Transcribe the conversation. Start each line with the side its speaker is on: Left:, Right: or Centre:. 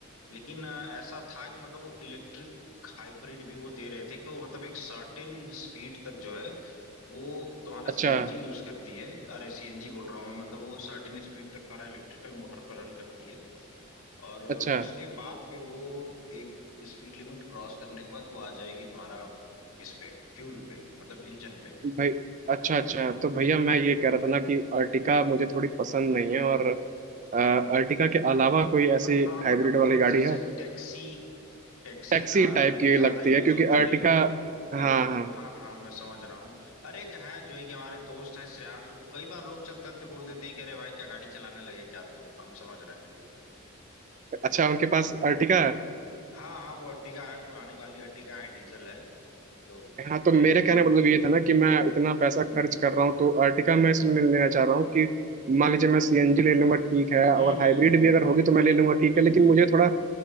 Left: लेकिन अ, ऐसा था कि मतलब वो इलेक्ट्रिक हाइब्रिड भी वो दे रहे थे कि वो मतलब एक सर्टेन स्पीड तक जो है वो तुम्हारा
Right: अच्छा
Left: सीएनजी यूज करती है अरे सीएनजी बोल रहा हूँ मैं मतलब वो सर्टेन स्पीड तक तुम्हारा इलेक्ट्रिकल मोटर पर रन करती है और अ,
Right: अच्छा
Left: उसके बाद फिर वो एक स्पीड लिमिट क्रॉस करने के बाद वो आ जाएगी तुम्हारा इस पे फ्यूल पे मतलब इंजन पे
Right: भाई अच्छा अच्छा तो भैया मैं ये कह रहा था ना कि अर्टिका मुझे थोड़ी पसंद नहीं है और अ, अर्टिका के अलावा कोई ऐसी
Left: हाँ मतलब
Right: हाइब्रिड
Left: वो
Right: वाली
Left: थोड़ा सा
Right: गाड़ी
Left: ऐसे
Right: है
Left: टैक्सी टैक्सी
Right: टैक्सी
Left: कार
Right: टाइप
Left: में
Right: की
Left: ज्यादा
Right: लगती
Left: यूज
Right: है क्योंकि
Left: होती
Right: अर्टिका
Left: है
Right: हाँ
Left: तो
Right: हाँ
Left: हाँ हाँ मैं समझ रहा हूँ अरे एक हैं जो है कि हमारे दोस्त हैं श्रेयांश उनको कई बार लोग चलते चलते बोल देते हैं कि अरे भाई क्या गाड़ी चलाने लगे क्या तो हम समझ रहे हैं जो है कि
Right: अच्छा उनके पास अर्टिका है
Left: हाँ हाँ वो अर्टिगा है पुरानी वाली अर्टिगा है डीजल है तो
Right: हाँ
Left: जो
Right: तो मेरे
Left: है कि
Right: कहने का मतलब ये था ना कि मैं इतना पैसा
Left: हम्म
Right: खर्च कर रहा हूँ तो अर्टिका मैं इसलिए नहीं लेना चाह रहा हूँ कि मान लीजिए मैं सीएनजी ले लूंगा ठीक है और
Left: हम्म
Right: हाइब्रिड
Left: हम्म हम्म
Right: भी अगर होगी तो मैं ले लूंगा ठीक
Left: हम्म
Right: है लेकिन
Left: हम्म।
Right: मुझे
Left: हम्म।
Right: थोड़ा